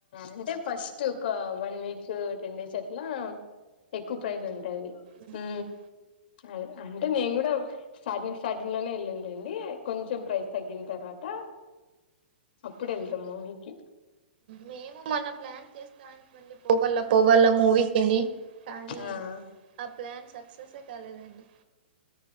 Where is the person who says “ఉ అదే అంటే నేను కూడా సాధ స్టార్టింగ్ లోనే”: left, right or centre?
Left